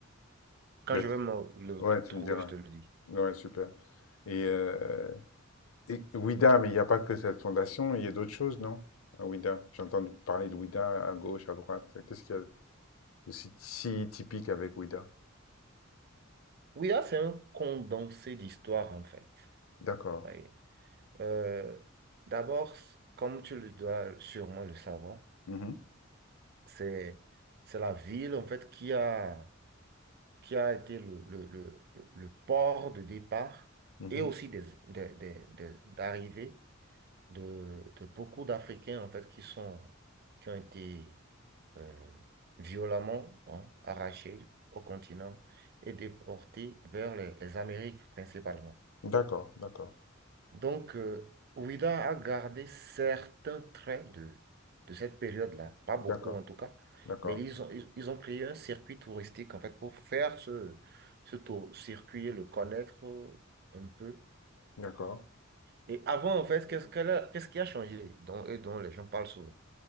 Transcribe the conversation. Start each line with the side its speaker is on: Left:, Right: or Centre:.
Right: Quand
Left: Yes.
Right: je vais me le
Left: Ouais,
Right: t-
Left: tu
Right: trouver,
Left: me diras.
Right: je te le dis.
Left: Ouais, super. Et euh, Et Ouida, mais il n'y a pas que cette fondation, il y a d'autres choses, non? À Ouida. J'ai entendu parler de Ouida à gauche, à droite. Qu'est-ce qu'il y a de si, si typique avec Ouida?
Right: Oui, là, c'est un condensé d'histoire, en fait.
Left: D'accord.
Right: Oui. Euh, d'abord, c- comme tu le dois sûrement le savoir,
Left: Mhm,
Right: c'est, c'est la ville, en fait, qui a qui a été le, le, le, le- port de départ
Left: mhm.
Right: et aussi des, des, des- des- d'arrivée de, de beaucoup d'Africains en fait qui sont qui ont été euh, violemment hein, arrachés au continent et déportés vers les, les Amériques principalement.
Left: D'accord, d'accord,
Right: Donc, euh, Ouida a gardé certains traits de, de cette période-là, pas beaucoup
Left: d'accord,
Right: en tout cas,
Left: d'accord,
Right: mais ils ont, ils, ils ont créé un circuit touristique en fait pour faire ce, ce tour, circuit et le connaître euh, un peu.
Left: d'accord,
Right: Et avant, en fait, qu'est-ce qu'elle a- qu'est-ce qui a changé dont, et dont les gens parlent souvent?